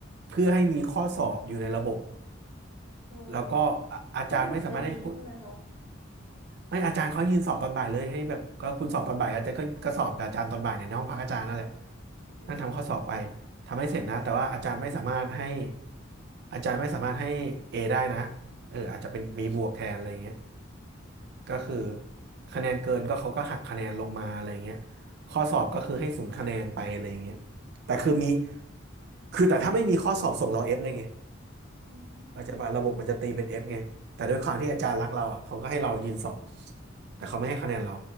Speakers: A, on the right; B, on the left.
A: เพื่อให้มีข้อสอบอยู่ในระบบ
B: อ๋อ
A: แล้วก็อาอาจารย์ไม่สามารถให้คุณ
B: <laughs> ก็เหมือนจะดีใช่ไหมคะ
A: ไม่อาจารย์เขายืนสอบตอนบ่ายเลยให้แบบก็คุณสอบตอนบ่ายอาจารย์ก็ก็สอบกับอาจารย์ตอนบ่ายเนี่ยในห้องพักอาจารย์นั่นแหละ
B: อืม
A: นั่งทำข้อสอบไปทำให้เสร็จนะแต่ว่าอาจารย์ไม่สามารถให้อาจารย์ไม่สามารถให้เอได้นะเอออาจจะเป็น B บวกแทนอะไรอย่างเงี้ยก็คือคะแนนเกินก็เขาก็หักคะแนนลงมาอะไรอย่างเงี้ยข้อสอบก็คือให้ศูนย์คะแนนไปอะไรอย่างเงี้ยแต่คือมีคือแต่ถ้าไม่มีข้อสอบส่งเราเอฟเลยไง
B: อื
A: เราจจะว่าระบบมันจะตีเป็นเอฟไงแต่ด้วยความที่อาจารย์รักเราอ่ะเขาก็ให้เรายืนสอบ
B: ม
A: แต่เขาไม่ให้คะแนนเรา